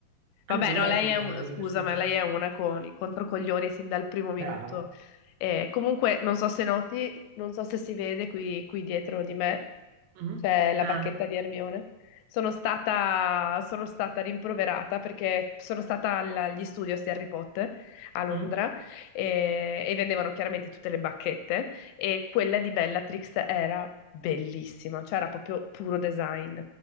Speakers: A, on the right (about 75°); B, on the left (about 80°).
A: anche
B: Vabbè,
A: lei,
B: no, lei
A: capito,
B: è un...
A: è uno dei
B: scusa,
A: miei personaggi.
B: ma lei è una con i controcoglioni sin dal primo minuto.
A: Brava.
B: Eh, comunque, non so se noti, non so se si vede qui, qui dietro di me,
A: Mhm.
B: c'è la
A: Ah.
B: bacchetta di Hermione. Sono stata, sono stata rimproverata perché sono stata al- agli studios di Harry Potter a Londra
A: mm.
B: e, e vendevano chiaramente tutte le bacchette e quella di Bellatrix era bellissima, cioè era proprio puro design.